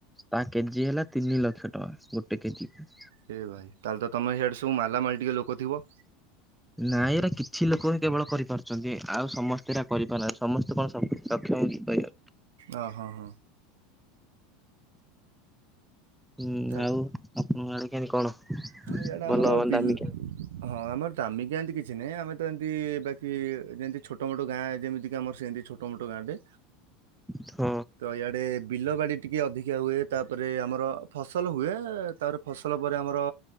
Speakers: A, in the centre; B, on the right.
A: ତା କେଜି ହେଲା ତିନି ଲକ୍ଷ ଟଙ୍କା ଗୋଟେ କେଜି କୁ।
B: ହେ ଭାଇ ତାହେଲେ ତମେ ହିଆଡେ ସବୁ ମାଲା ମାଲ ଟିକେ ଲୋକ ଥିବ।
A: ନାଇଁ ଏରା କିଛି ଲୋକ ହିଁ କେବଳ କରିପାରୁଛନ୍ତି ଆଉ ସମସ୍ତେ ଏରା କରି ପାରୁନାହାନ୍ତି ସମସ୍ତେ କଣ ସବୁ ସକ୍ଷମ <unintelligible>
B: ଅ ହଁ ହଁ।
A: ହୁଁ
B: ତାହେଲେ
A: ଆଉ
B: ତ
A: ଆପଣଙ୍କ ଆଡ଼େ କେନ୍ତି କଣ?
B: ହଁ ଇଆଡ଼େ
A: ଭଲ
B: ଆମର
A: ମାନେ
B: ବିଲ
A: ଦାମିକିଆ?
B: ହଁ ଆମର ଦାମିକିଆ ହେନ୍ତି କିଛି ନାହିଁ ଆମେ ତ ଏମିତି ବାକି ଯେମିତି ଛୋଟ ମୋଟ ଗାଁ ଯେମିତି କି ଆମର ସେନ୍ତି ଛୋ ଟ ମୋଟ ଗାଁ ଟେ।
A: ଥ।
B: ତ ଇଆଡ଼େ ବିଲ ବାଡ଼ି ଟିକେ ଅଧିକା ହୁଏ ତାପରେ ଆମର ଫସଲ ହୁଏ ତାର ଫସଲ ପରେ ଆମର